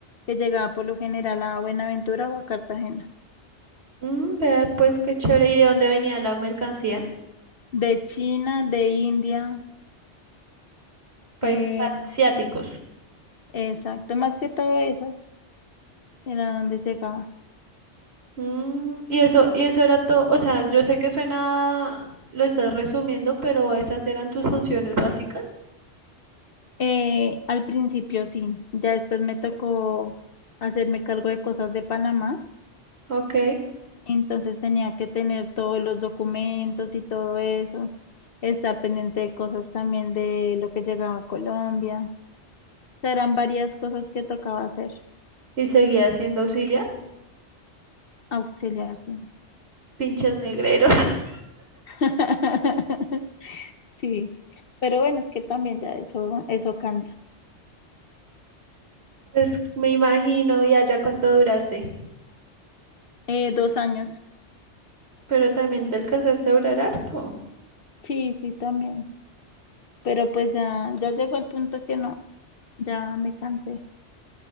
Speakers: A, on the left; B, on the right.
A: que llegaba por lo general a Buenaventura o a Cartagena.
B: Mm, vea, pues qué chévere. ¿Y de dónde venía la mercancía?
A: De China, de India,
B: Países
A: eh,
B: asiáticos.
A: exacto, más que todo esos era donde llegaba.
B: Mm, y eso, y eso era todo. O sea, yo sé que suena, lo estás resumiendo, pero esas eran tus funciones básicas.
A: Eh, al principio sí, ya después me tocó hacerme cargo de cosas de Panamá,
B: Ok.
A: entonces tenía que tener todos los documentos y todo eso, estar pendiente de cosas también de lo que llegaba a Colombia. Serán varias cosas que tocaba hacer,
B: Y seguía siendo auxiliar.
A: auxiliarse.
B: Pinches negreros. <laughs>
A: Sí, <laughs> Sí, pero bueno, es que también ya eso, eso cansa.
B: Pues me imagino, y allá cuánto duraste.
A: Eh, dos años.
B: Pero también te alcanzaste a durar harto.
A: Sí, sí, también. Pero pues ya, ya llegó el punto que no, ya me cansé.